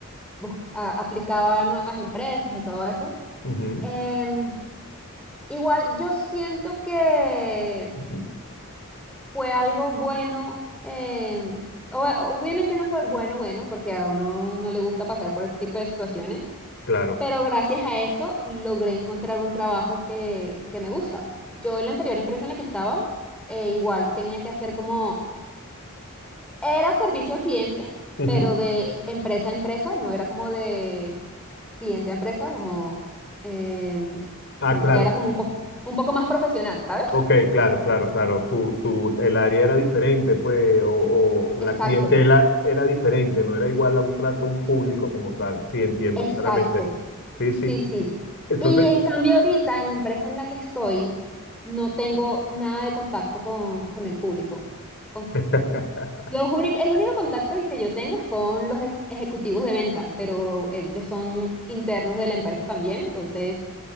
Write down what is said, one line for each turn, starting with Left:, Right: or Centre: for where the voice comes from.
Centre: bus- a- aplicaba a nuevas empresas y todo eso.
Left: Ujú.
Centre: Em, Igual yo siento que
Left: Ujú.
Centre: fue algo bueno, eh, ob- obviamente no fue bueno, bueno, porque a uno no le gusta pasar por ese tipo de situaciones,
Left: Claro.
Centre: pero gracias a eso logré encontrar un trabajo que, que me gusta. Yo en la anterior empresa en la que estaba, eh, igual tenía que hacer como, era servicio al cliente,
Left: Ujú.
Centre: pero de empresa a empresa, no era como de cliente a empresa, como, em,
Left: Ah,
Centre: sino
Left: claro.
Centre: que ya era como un poco, un poco más profesional, ¿sabes?
Left: Ok, claro, claro, claro. Tu, tu, el área era diferente, pues, o, o la
Centre: Exacto.
Left: clientela era diferente, no era igual a un trato a un público como tal. Sí, entiendo
Centre: Exacto,
Left: claramente. Sí, sí.
Centre: sí, sí, sí.
Left: Entonces,
Centre: Y en cambio ahorita en la empresa en la que estoy, no tengo nada de contacto con, con el público. Con,
Left: <laughs>
Centre: los únic- el único contacto que yo tengo es con los ej- ejecutivos de venta, pero ellos son internos de la empresa también, entonces